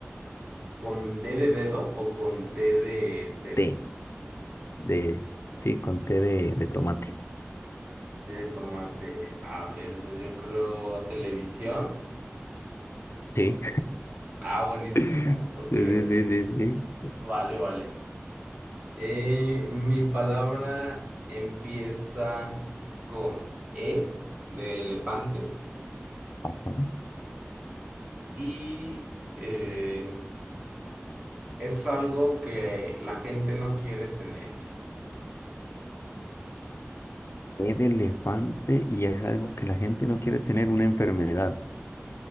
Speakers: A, on the right; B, on the left.
A: ¿Con D de dedo o con T de tele?
B: T, de, sí, con T de, de tomate.
A: Qué De tomate. A ver, pues yo creo televisión.
B: Sí.
A: Ah, buenísimo.
B: <laughs>
A: Ok,
B: Sí, sí,
A: ok.
B: sí, sí, sí.
A: Vale, vale. Eh, mi palabra empieza con E de elefante
B: Ajá.
A: y eh, es algo que la gente no quiere tener.
B: E de elefante y es algo que la gente no quiere tener, una enfermedad.